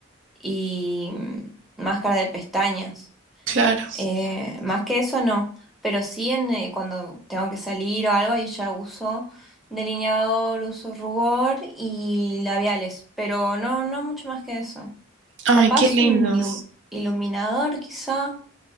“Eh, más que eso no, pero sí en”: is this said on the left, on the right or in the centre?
Centre